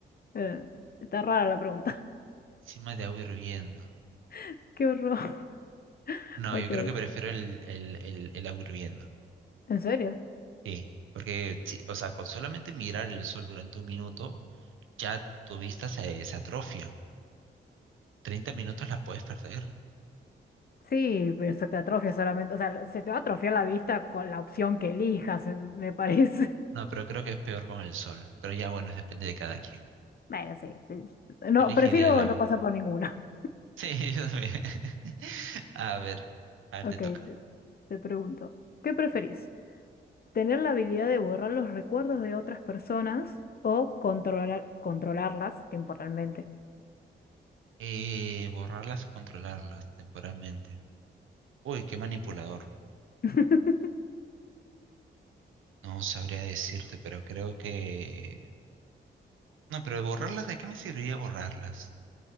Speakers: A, on the left; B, on the right.
A: eh, está rara la pregunta.
B: Encima de agua hirviendo.
A: <laughs> Qué horror. <laughs>
B: No,
A: Ok,
B: yo creo
A: ¿en
B: que prefiero el, el, el, el agua hirviendo.
A: serio?
B: Sí, porque, sí, o sea, con solamente mirar el sol durante un minuto, ya tu vista se, se atrofia. 30 minutos la puedes perder.
A: Sí, pero se te atrofia solamente, o sea, se te va a atrofiar la vista con la opción que elijas, eh, me parece. <laughs>
B: No, pero creo que es peor con el sol. Pero ya, bueno, depende de cada quien.
A: Bueno, sí, te- no,
B: Yo elegiría
A: prefiero
B: el agua.
A: no pasar por ninguna.
B: Sí, <laughs> yo también. <laughs> A ver,
A: <laughs>
B: a ver,
A: Ok,
B: te toca.
A: te te pregunto, ¿qué preferís? Tener la habilidad de borrar los recuerdos de otras personas o controlar, controlarlas temporalmente.
B: Eh, borrarlas o controlarlas temporalmente. Uy, qué manipulador.
A: <laughs>
B: No sabría decirte, pero creo que... No, pero borrarlas, ¿de qué me serviría borrarlas?